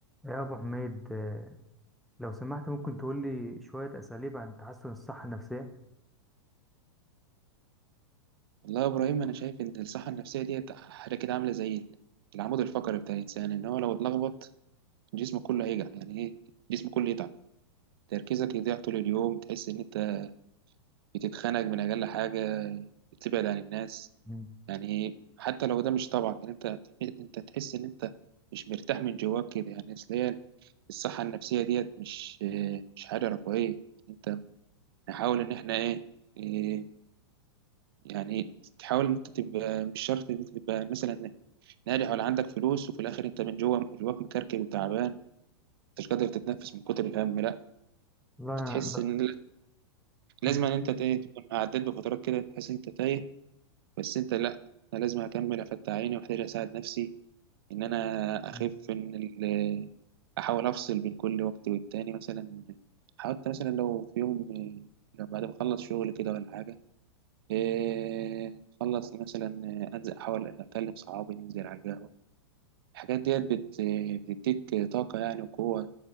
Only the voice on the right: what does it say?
والله يا ابراهيم انا شايف ان الصحه النفسيه ديت حاجه كده عامله زي ال- العمود الفقري بتاع الانسان ان هو لو اتلخبط جسمه كله هيجع يعني ايه جسمه كله يتعب تركيزك يضيع طول اليوم تحس ان انت بتتخنق من اقل حاجه بتبعد عن الناس
يعني إيه؟ حتى لو ده مش طبعك يعني انت انت تحس ان انت مش مرتاح من جواك كده يعني اصل هي الصحه النفسيه ديت مش مش حاجه رفاهيه انت نحاول ان احنا ايه إيه، يعني تحاول ان انت تبقى مش شرط ان انت تبقى مثلا ناجح ولا عندك فلوس وفي الاخر انت من جوه جواك مكركب وتعبان مش قادر تتنفس من كتر الهم لا
تحس
ان لا- لازم
ان انت تايه تكون عديت بفترات كده تحس انت تايه بس انت لا انا لازم اكمل افتح عيني واحتاج اساعد نفسي ان انا اخف
ان ال- احاول افصل بين كل وقت والتاني مثلا حاولت مثلا لو في يوم لو بعد ما اخلص شغل كده ولا حاجه إيه، اخلص مثلا انزل احاول اكلم صحابي ننزل على القهوه الحاجات ديت بت- بتديك طاقة يعني وقوة